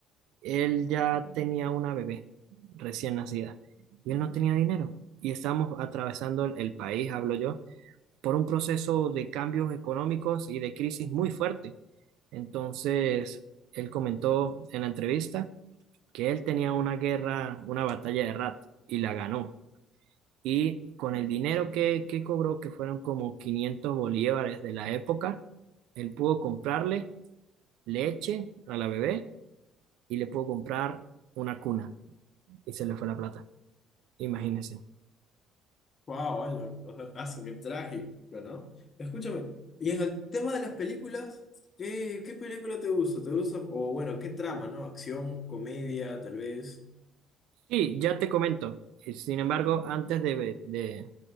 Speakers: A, on the right; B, on the left.
A: Él ya tenía una bebé recién nacida y él no tenía dinero. Y estábamos atravesando el, el país, hablo yo, por un proceso de cambios económicos y de crisis muy fuerte. Entonces, él comentó en la entrevista que él tenía una guerra, una batalla de rat y la ganó. Y con el dinero que, que cobró, que fueron como 500 bolívares de la época, él pudo comprarle leche a la bebé y le pudo comprar una cuna y se le fue la plata. Imagínense.
B: Wow, ala, o sea, ah, qué trágico, ¿no? Escúchame, y en el tema de las películas, ¿qué, qué película te gusta? ¿Te gusta? O bueno, ¿qué trama, no? Acción, comedia, tal vez.
A: Sí, ya te comento. Eh, Sin embargo, antes de, de